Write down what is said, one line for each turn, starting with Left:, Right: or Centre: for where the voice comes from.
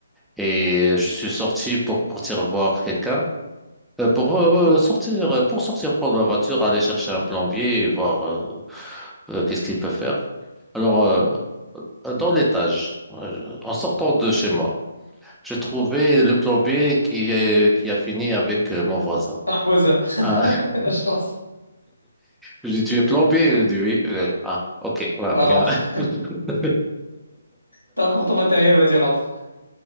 Centre: et je suis sorti pour partir voir quelqu'un. Euh, pour euh,
Left: Mhm.
Centre: sortir, euh, pour sortir prendre la voiture, aller chercher un plombier et voir euh, euh, qu'est-ce qu'il peut faire. Alors, euh, euh, dans l'étage, euh, en sortant de chez moi. J'ai trouvé le plombier qui est, qui a fini avec euh, mon voisin.
Left: Un voisin, <laughs>
Centre: Ah, <laughs>
Left: la chance,
Centre: je lui dis, tu es plombier? Il me dit, oui. Euh, ah, ok, ouais,
Left: va rentre.
Centre: viens. <laughs>
Left: T'as encore ton matériel, vas-y, rentre.